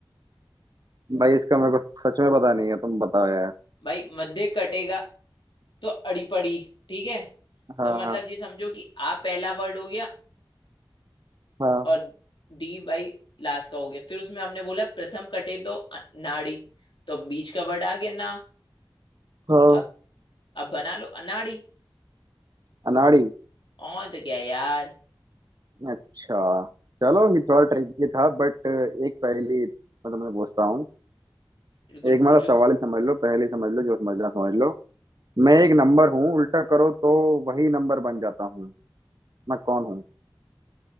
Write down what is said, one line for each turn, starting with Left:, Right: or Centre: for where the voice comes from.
Right: भाई इसका मेरे को सच में पता नहीं है तुम बताओ यार
Left: भाई मध्य कटेगा तो अड़ीपड़ी ठीक है
Right: हाँ
Left: तो मतलब
Right: हाँ
Left: ये समझो कि आ पहला वर्ड हो गया
Right: हाँ।
Left: और डी बाई लास्ट का हो गया फिर उसमें हमने बोला प्रथम कटे तो अ- नाड़ी तो बीच का वर्ड आ गया ना
Right: हाँ
Left: अब अब बना लो अनाड़ी
Right: अनाड़ी
Left: और तो क्या है यार
Right: अच्छा चलो ये थोड़ा ट्रिकी था बट एक पहेली मतलब मैं तुमसे पूछता हूँ
Left: बिल्कुल
Right: एक
Left: पूछो
Right: मतलब सवाल ही समझ लो पहेली समझ लो जो समझना समझ लो मैं एक नंबर हूँ उल्टा करो तो वही नंबर बन जाता हूँ मैं कौन हूँ